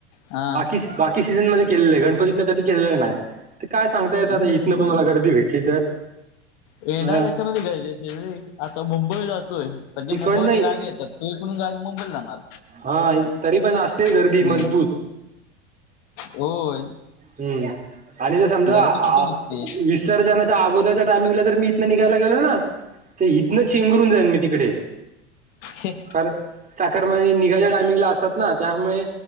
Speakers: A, on the left; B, on the right.
A: हा.
B: बाकी सीझन मध्ये केलेल आहे गणपती तन कधी केलेलं नाही. ते काय सांगता येत
A: हम्म
B: आता इथनं पण मला गर्दी भेटली तर.
A: येणार
B: अ
A: याच्यामध्ये गरजेचे रे आता मुंबई जातोय संजे
B: तिकडन
A: मुंबईवरचे गावी येतात. ते कोणी गावी मुंबईला जाणार.
B: हा आई तरी पण असतेच गर्दी
A: हम्म
B: मजबूत.
A: होय.
B: हम्म आणि जर समजा
A: गर्दी कुठे
B: आ
A: नसते
B: वीस सर जा त्या अगोदरच्या टायमिंगला जर मी इथनं निघायला गेलो ना तर इथनं चेंगरून जाईन मी तिकडे.
A: खे.
B: कार चाकर म्हान निघायच्या टायमिंगला असतात ना त्यामुळे